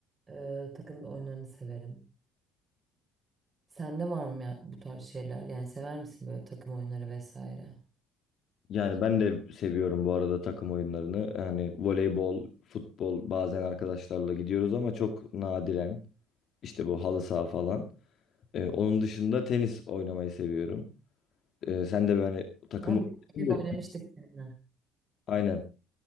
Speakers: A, on the right; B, on the left.
A: Ee, takım oyunlarını severim. Sende var mı ya bu tarz şeyler? Yani sever misin böyle takım oyunları vesaire?
B: Yani ben de seviyorum bu arada takım oyunlarını. Yani voleybol, futbol bazen arkadaşlarla gidiyoruz ama çok nadiren. İşte bu halı saha falan. Ee, onun dışında tenis oynamayı seviyorum. Ee, sen de böyle hani takım
A: Abi bir
B: oyunu-
A: kere oynamıştık seninle.
B: Aynen.